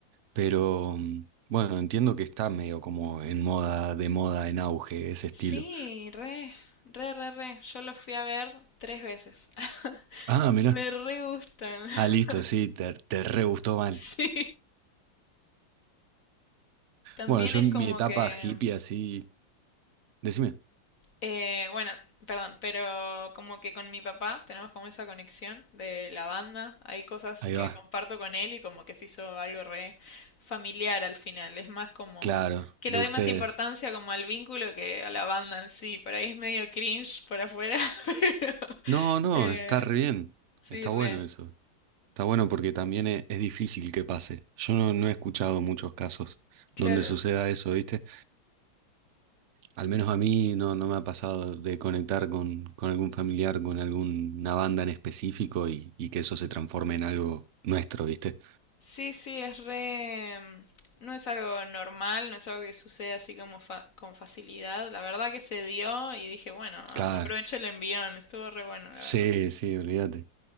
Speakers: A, on the right; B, on the left.
A: pero mm, bueno, entiendo que está medio como en moda, de moda, en auge, ese estilo.
B: Sí, re, re, re, re. Yo los fui a ver tres veces. <laughs>
A: Ah, mirá.
B: Me re gustan. <laughs>
A: Ah, listo, sí, te, te re gustó mal.
B: Sí. También
A: Bueno, yo
B: es
A: en
B: como
A: mi etapa
B: que
A: hippie así. Decime.
B: Eh, bueno, perdón, pero como que con mi papá tenemos como esa conexión de la banda. Hay cosas
A: Ahí
B: que
A: va.
B: comparto con él y como que se hizo algo re familiar al final. Es más como
A: Claro,
B: que
A: de
B: le doy
A: ustedes.
B: más importancia como al vínculo que a la banda en sí. Por ahí es medio cringe por afuera, <laughs> pero
A: No, no,
B: eh,
A: está re bien.
B: sí,
A: Está
B: re.
A: bueno eso. Está bueno porque también e- es, difícil que pase. Yo no, no he escuchado muchos casos
B: Claro.
A: donde suceda eso, ¿viste? Al menos a mí no, no me ha pasado de conectar con, con algún familiar, con alguna banda en específico y, y que eso se transforme en algo nuestro, ¿viste?
B: Sí, sí, es re... mm, No es algo normal, no es algo que sucede así como fa- con facilidad. La verdad que se dio y dije, bueno, a-
A: Claro.
B: aprovecho el envión, estuvo re bueno,
A: Sí,
B: la verdad.
A: sí, olvídate.